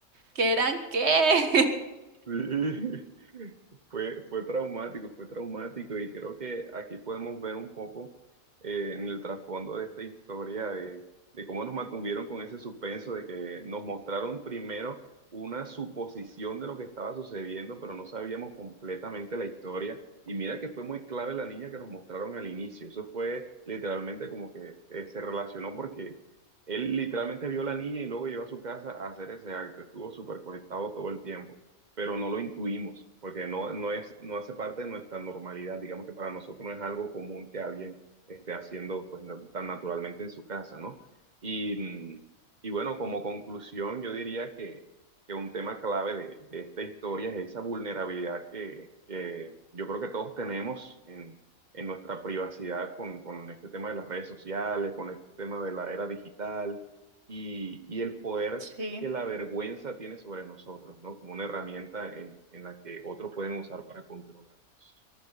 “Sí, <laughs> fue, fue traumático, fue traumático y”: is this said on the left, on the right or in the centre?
Right